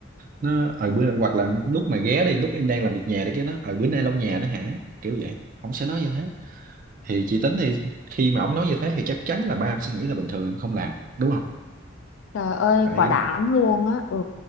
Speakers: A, on the right (about 40°); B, on the left (about 70°).
A: nó ở bữa hoặc là lúc mà ghé đi lúc em đang làm việc nhà đi cái nó ở bữa nay lau nhà đó hả kiểu vậy ổng sẽ nói như thế thì chị tính thì khi mà ổng nói như thế thì chắc chắn là ba em sẽ nghĩ là bình thường em không làm đúng không
B: Trời ơi
A: đấy
B: quả đã lắm luôn á ừ